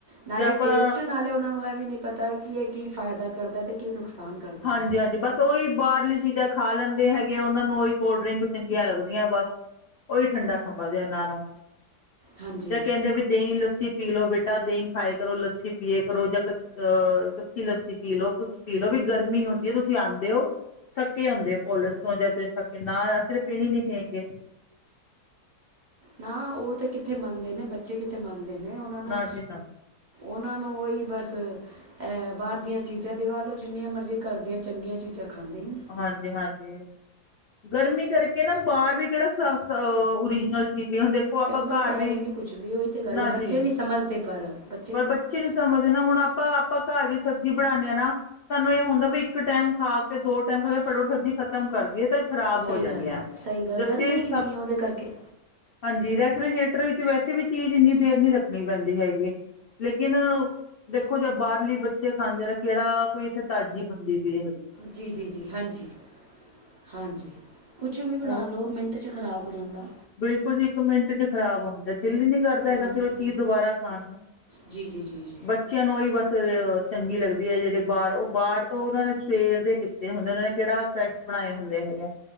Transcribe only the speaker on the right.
ਨਾਲੇ
ਟੇਸਟ ਨਾਲੇ ਓਨਾਂ ਨੁੰ ਐ ਵੀ ਨੀ ਪਤਾ, ਕਿ ਏ ਕੀ ਫਾਏਦਾ ਕਰਦੈ, ਤੇ ਕੀ ਨੁਕਸਾਨ ਕਰਦੇ
ਨੇ
ਹਾਂਜੀ
ਨਾ ਓ ਤੇ ਕਿੱਥੇ ਮੰਨਦੇ ਨੇ, ਬੱਚੇ ਕਿੱਥੇ ਮੰਨਦੇ ਨੇ, ਓਨਾ ਨੂ
ਓਨਾਂ ਨੂੰ ਓਈ ਬਸ ਐ ਬਾਰ ਦੀਆਂ ਚੀਜਾ ਦਿਵਾ ਲੋ ਜਿੰਨੀਆਂ ਮਰਜੀ, ਘਾਰ ਦੀਆਂ ਚੰਗੀਆਂ ਚੀਜਾਂ ਖਾਂਦੇ ਈ ਨੀ।
ਚੰਗਾ
ਤੇ ਹੈ
ਈ ਨੀ ਕੁਛ ਵੀ, ਓਈ ਤੇ ਗੱਲ
ਐ ਬੱਚੇ
ਨੀ ਸਮਜਦੇ ਪਰ ਬ
ਸਹੀ
ਗੱਲ ਹੈ,
ਸਹੀ ਗੱਲ
ਗਰਮੀ ਕਿੰਨੀ
ਹੈ ਉਹਦੇ ਕਰਕੇ
ਜੀ, ਜੀ, ਜੀ ਹਾਂਜੀ, ਹਾਂਜੀ ਕੁਛ ਵੀ ਬਣਾ
ਲੋ ਮਿੰਟ ਵਿਚ ਖਰਾਬ ਹੋ ਜਾਂਦਾ।
ਹੂੰ
ਜੀ, ਜੀ, ਜੀ, ਜੀ।